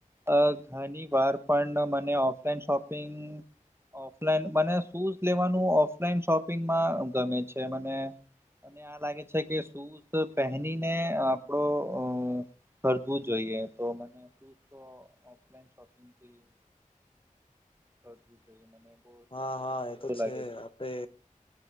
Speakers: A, on the right (about 15°); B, on the left (about 40°).
A: અ ઘણીવાર પણ મને ઓફલાઈન શોપિંગ ઓફલાઈન મને શૂઝ લેવાનું ઓફલાઈન શોપિંગમાં ગમે છે મને. અને આ લાગે છે કે શૂઝ પહેનીને આપડો અ ખરદવું જોઈએ. તો મને સૂઝ તો ઓફલાઈન શોપિંગથી ખરદવું જોઈએ મને. બો
B: હા હા એ
A: સારું
B: તો છે.
A: લાગે
B: આપે